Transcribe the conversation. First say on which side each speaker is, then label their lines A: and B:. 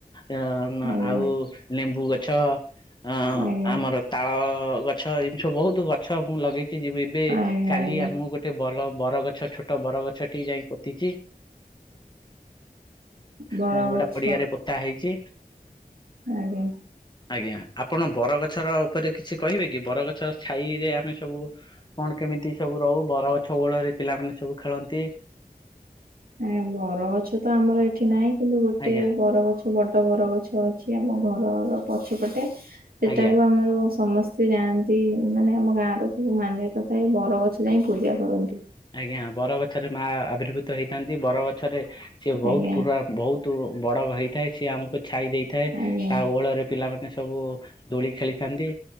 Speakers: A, on the left; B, on the right.
A: ଅ ମ
B: ଆଜ୍ଞା
A: ଆଉ ଲେମ୍ବୁ ଗଛ। ଅ
B: ଆଜ୍ଞା
A: ଆମର ତାଳ ଗଛ ଏମିତି ସବୁ ବହୁତ ଗଛ ମୁଁ ଲଗେଇଛି ଏବେ
B: ଆଜ୍ଞା
A: କାଲି
B: ଆଜ୍ଞା
A: ଆମଁ ଗୋଟେ ବର ବରଗଛ ଛୋଟ ବରଗଛଟି ଯାଇ ପୋତିଛି।
B: ବରଗଛ
A: ମୁଁ ଗୋଟାଏ ପଡିଆରେ ପୋତା ହେଇଛି।
B: ଆଜ୍ଞା।
A: ଆଜ୍ଞା ଆପଣ ବରଗଛର ଉପରେ କିଛି କହିବେ କି ବରଗଛ ଛାଇରେ ଆମେ ସବୁ କଣ କେମିତି ସବୁ ରହୁ ବର ଗଛ ଓହଳରେ ପିଲାମାନେ ସବୁ ଖେଳନ୍ତି।
B: ଏଁ ବରଗଛ ତ ଆମର ଏଠି ନାହିଁ କିନ୍ତୁ ଗୋଟେ
A: ଆଜ୍ଞା
B: ବରଗଛ ବଡ ବର ଗଛ ଅଛି ଆମ ଘରର ପଛପଟେ ସେଟାକୁ
A: ଆଜ୍ଞା
B: ଆମର ସମସ୍ତ ସେ ଯାଆନ୍ତି ମାନେ ଆମ ଗାଁର ସବୁ ମାନ୍ୟତା ଥାଏ ବରଗଛ ଯାଇ ପୂଜା କରନ୍ତି।
A: ଆଜ୍ଞା ବର ଗଛରେ ମା ଆବିର୍ଭୁତ ହେଇଥାନ୍ତି ବର ଗଛରେ ସିଏ ବହୁତ
B: ଆଜ୍ଞା
A: ପୁରା ବହୁତ ବଡ ହେଇଥାଏ ସିଏ ଆମକୁ ଛାଇ ଦେଇଥାଏ
B: ଆଜ୍ଞା
A: ତା ଓହଳରେ ପିଲାମାନେ ସବୁ ଦୋଳି ଖେଳିଥାନ୍ତି